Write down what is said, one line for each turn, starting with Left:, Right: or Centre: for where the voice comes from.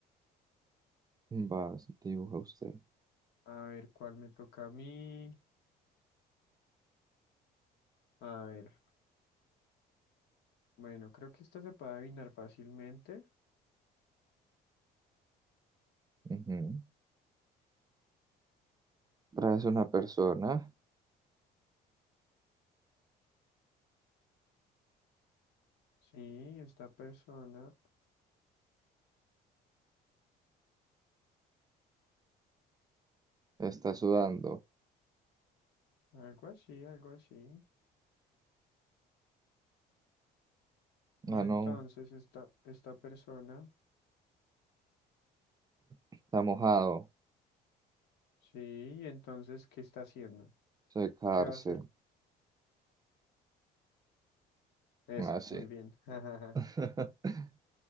Right: Vas, dibuja usted.
Left: A ver, ¿cuál me toca a mí? A ver, bueno, creo que esta se puede adivinar fácilmente.
Right: Ujú. Traes una persona.
Left: Sí, esta persona,
Right: Está sudando.
Left: algo así, algo así. Y
Right: Ah,
Left: entonces
Right: no.
Left: esta, esta persona,
Right: Está mojado.
Left: sí, y entonces, ¿qué está haciendo?
Right: Secarse.
Left: ¿Qué va a hacer? Eso,
Right: Así.
Left: muy bien. <laughs>
Right: <laughs>